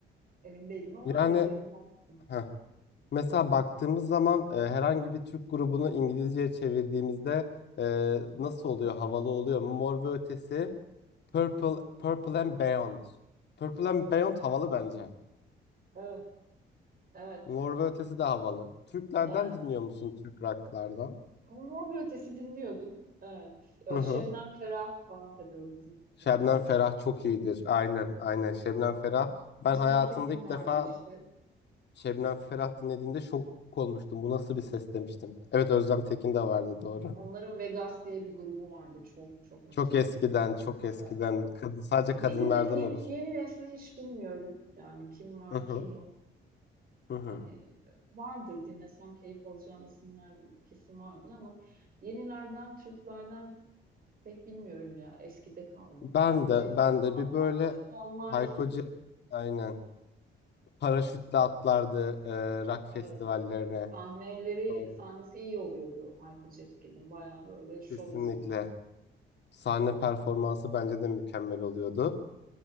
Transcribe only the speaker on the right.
Emin değilim ama
dediğimi yaptım.
Evet, evet,
evet.
Mor ve Ötesi dinliyordum. Evet. Ee,
Şebnem Ferah falan tabii o bizim zamanımız.
Aa,
Özlem
Tekin
vardı
işte.
Evet.
Onların Vegas diye bir grubu vardı çok çok önce.
Evet.
Yeni,
ne- yeni,
yeni nesli hiç bilmiyorum. Yani kim var
kim yok.
Hani e, vardır dinlesem keyif alacağım isimler kesin vardır ama yenilerden Türklerden pek bilmiyorum ya. Eskide kaldım.
Hayko
Cepkin
falan
vardı işte. Onlar
Evet. sahneleri
sahnesi iyi oluyordu Hayko Cepkin'in. Baya böyle şov
izliyorsun.